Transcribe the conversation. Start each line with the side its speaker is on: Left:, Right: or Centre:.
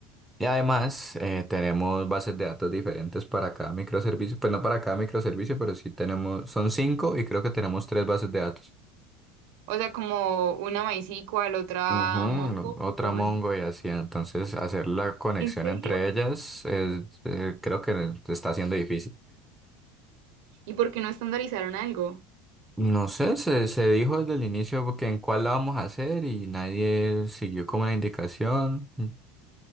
Centre: Y además, eh, tenemos bases de datos diferentes para cada microservicio, pues no para cada microservicio, pero sí tenemos, son cinco y creo que tenemos tres bases de datos.
Right: O sea, como una MySQL, otra
Centre: Ujú,
Right: Mongo,
Centre: Otra
Right: o como
Centre: Mongo
Right: así.
Centre: y así, entonces hacer la conexión
Right: ¿En serio?
Centre: entre ellas es, eh, creo que está siendo difícil.
Right: ¿Y por qué no estandarizaron algo?
Centre: No sé, se, se dijo desde el inicio que en cuál la vamos a hacer y nadie siguió como la indicación